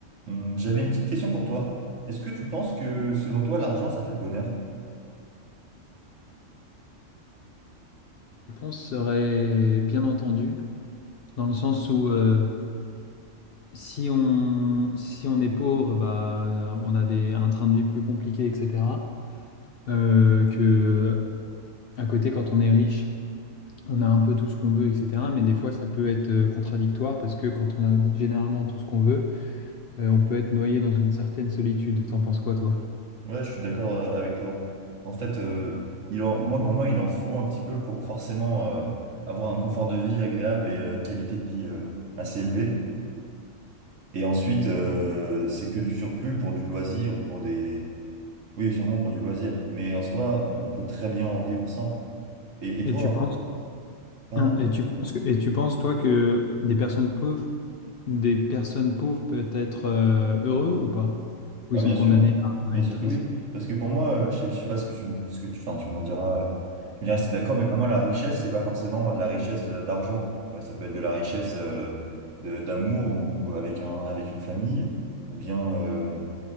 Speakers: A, on the right; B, on the left.
A: Hum, J'avais une petite question pour toi. Est-ce que tu penses que selon toi, l'argent, ça fait le bonheur?
B: réponse serait bien entendu, dans le sens où euh, si on, si on est pauvre, bah, on a des, un train de vie plus compliqué, etc. Euh, que à côté, quand on est riche, on a un peu tout ce qu'on veut, etc. Mais des fois, ça peut être euh, contradictoire parce que quand on a généralement tout ce qu'on veut, euh, on peut être noyé dans une certaine solitude. T'en penses quoi, toi?
A: Ouais, je suis d'accord euh, avec toi. En fait, euh, il en, moi, pour moi, il en faut un petit peu pour forcément euh, avoir un confort de vie agréable et euh, une qualité de vie euh, assez élevée. Et ensuite, euh, c'est que du surplus pour du loisir ou pour des... Oui, sûrement pour du loisir. Mais en soi, on peut très bien en vivre sans. Et, et
B: Et
A: toi,
B: tu penses,
A: pardon?
B: hein, et tu penses que- et tu penses, toi, que des personnes pauvres Des personnes pauvres peuvent être euh, heureux ou pas? Ou
A: Ah,
B: ils
A: bien
B: sont condamnés
A: sûr, bien
B: à, à être
A: sûr
B: tristes?
A: que oui. Parce que pour moi, euh, je sais, je sais pas ce que tu, me- ce que tu, enfin, tu m'en diras, euh, tu me diras si t'es d'accord, mais pour moi, la richesse, c'est pas forcément de la richesse euh, d'argent. Tu vois, ça peut être de la richesse euh, de, d'amour ou avec un, avec une famille, ou bien, euh,